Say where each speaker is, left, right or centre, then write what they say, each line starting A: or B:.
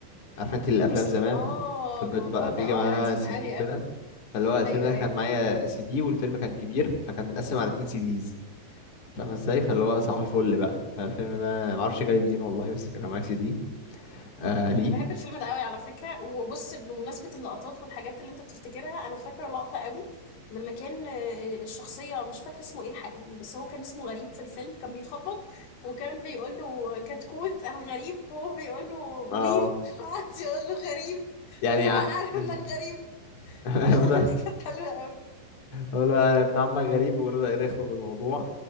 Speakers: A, on the left; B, on the left.
A: عارفه انت الافلام
B: اصل
A: زمان
B: اه
A: كانت
B: الموضوع
A: بتبقى
B: ده
A: بيجي
B: اه
A: معاها
B: قديم
A: سي
B: قوي
A: دي وكده
B: قوي
A: فاللي هو الفيلم
B: ايوه
A: ده
B: ايوه
A: كان معايا سي دي والفيلم كان كبير فكان متقسم على اتنين سي ديز فاهم ازاي فاللي هو صباح الفل بقى فالفيلم ده معرفش جالي منين والله بس كان معايا سي دي آه ليه
B: انا بحب الفيلم ده قوي على فكره وبص بمناسبه اللقطات والحاجات اللي انت بتفتكرها انا فاكره لقطه قوي لما كان آه، الشخصيه مش فاكره اسمه ايه الحقيقي بس هو كان اسمه غريب في الفيلم كان بيخبط وكان بيقول له كتكوت انا غريب هو بيقول له مين
A: اه
B: <laughs> وقعد يقول له غريب
A: يعني
B: بيقول له
A: ع...
B: ما انا عارف
A: مم.
B: انك غريب <laughs>
A: <laughs>
B: اللقطه
A: وده
B: دي كانت حلوه قوي
A: اقول له انا ابن عمك غريب ويقول له ده ايه دخله بالموضوع